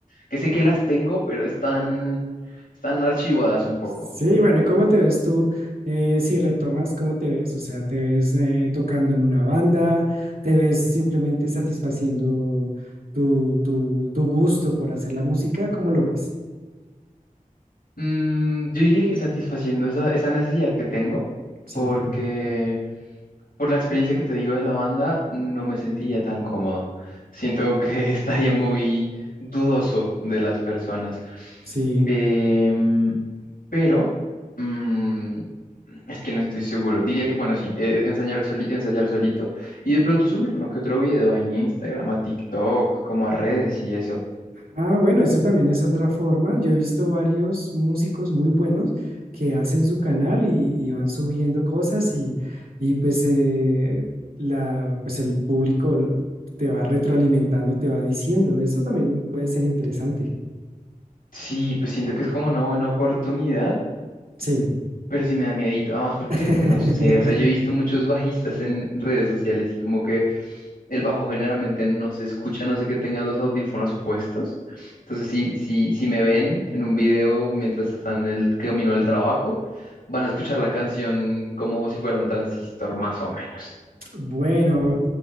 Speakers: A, on the left (about 90°); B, on the right (about 85°).
A: que sé que las tengo, pero están están archivadas un poco.
B: Sí, bueno, ¿y cómo te ves tú eh, si retomas? ¿Cómo te ves? O sea, ¿te ves eh, tocando en una banda? ¿Te ves simplemente satisfaciendo tu, tu, tu gusto por hacer la música? ¿Cómo lo ves?
A: Mm, yo diría que satisfaciendo esa, esa necesidad que tengo,
B: Sí,
A: porque por la experiencia que te digo de la banda, no me sentiría tan cómodo. Siento que <laughs> estaría muy dudoso de las personas.
B: sí.
A: Em, pero mm, es que no estoy seguro. Diría que, bueno, sí, eh, ensayar, soli- ensayar solito y de pronto subir uno que otro video a Instagram, a TikTok, como a redes y eso.
B: Ah, bueno, eso también es otra forma. Yo he visto varios músicos muy buenos que hacen su canal y, y van subiendo cosas y, y pues, eh, la, pues el público te va retroalimentando, te va diciendo. Eso también puede ser interesante.
A: Sí, pues siento que es como una buena oportunidad
B: Sí.
A: Pero sí me da miedito, además porque,
B: <laughs>
A: no sé, o sea, yo he visto muchos bajistas en redes sociales y como que el bajo generalmente no se escucha, a no sé que tenga los audífonos puestos. Entonces, sí, sí, si me ven en un video mientras están en el camino al trabajo, van a escuchar la canción como si fuera un transistor, más o menos.
B: Bueno,